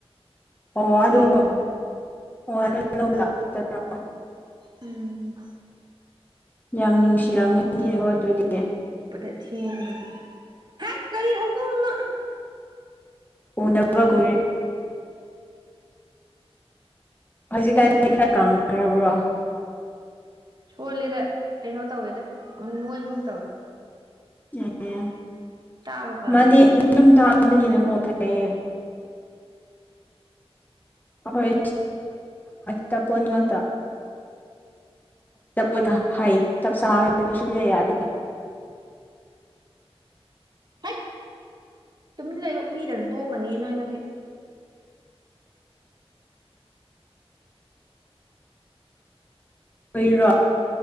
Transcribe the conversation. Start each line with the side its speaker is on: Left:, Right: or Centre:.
Left: ꯑꯣ ꯑꯗꯣ
Right: ꯊꯦꯡꯅꯅ
Left: ꯍ ꯂꯧꯕ ꯂꯥꯛꯄꯠꯇ꯭ꯔꯣ
Right: ꯎꯝ
Left: ꯌꯥꯝ ꯅꯨꯡꯁꯤꯔꯝꯒꯅꯤꯀꯣ ꯑꯗꯨꯗꯤ
Right: ꯗ ꯊꯦꯡꯕ ꯍꯦꯛ ꯀꯔꯤ ꯍꯧꯗꯣꯡꯅ
Left: ꯎ ꯅꯕ ꯀ ꯍꯧꯖꯤꯛꯀꯥꯟꯗꯤ ꯈꯔ ꯀꯪꯈ꯭ꯔꯕ꯭ꯔꯣ
Right: ꯁꯣꯂꯦꯗ ꯀꯩꯅꯣ ꯇꯧꯋꯦꯗ ꯑꯃꯨꯛ ꯅꯣꯏꯒꯨꯝ ꯇꯧꯅꯤ
Left: ꯑꯦ
Right: ꯆꯥꯕ ꯐꯔꯕꯅꯤꯅ
Left: ꯃꯥꯗꯤ ꯑꯗꯨꯝ ꯇꯥꯕꯅꯤꯅꯀꯣ ꯐꯔꯌꯦ ꯍꯣꯏ ꯇꯥꯄ ꯉꯇꯥ ꯑꯄꯊ ꯍꯥꯏ ꯆꯞ ꯁ ꯌꯥꯗ
Right: ꯑꯣ ꯍꯦꯛ ꯇꯃꯤ ꯂꯩꯌꯨ ꯄꯤꯗꯅ ꯇꯣꯛꯀꯅꯤ ꯅꯣꯏ ꯉꯁꯤ
Left: ꯑꯣꯏꯨꯏꯔꯣ